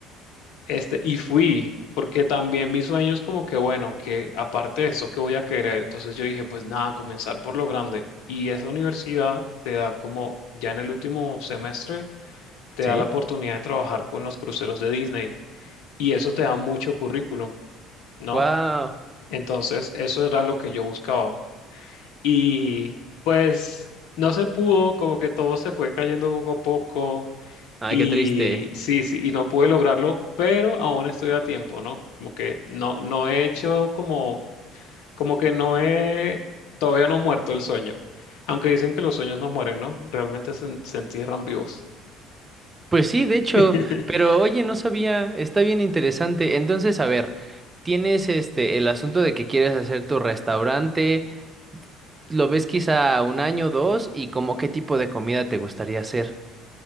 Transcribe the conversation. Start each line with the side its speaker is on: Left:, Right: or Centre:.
Left: Este, y fui, porque también mi sueño es como que, bueno, que aparte de eso, ¿qué voy a querer? Entonces yo dije, pues nada, comenzar por lo grande. Y esa universidad te da como, ya en el último semestre, te
Right: Sí.
Left: da la oportunidad de trabajar con los cruceros de Disney y eso te da mucho currículum, ¿no?
Right: Wow.
Left: Entonces, eso era lo que yo buscaba. Y pues no se pudo, como que todo se fue cayendo poco a poco.
Right: Ay,
Left: Y
Right: qué triste.
Left: sí, sí, y no pude lograrlo, pero aún estoy a tiempo, ¿no? Como que no, no he hecho como, como que no he, todavía no he muerto el sueño. Aunque dicen que los sueños no mueren, ¿no? Realmente se, se entierran vivos.
Right: Pues sí, de hecho,
Left: <laughs>
Right: pero oye, no sabía, está bien interesante. Entonces, a ver, tienes este el asunto de que quieres hacer tu restaurante, lo ves quizá un año, dos, y como qué tipo de comida te gustaría hacer. <laughs>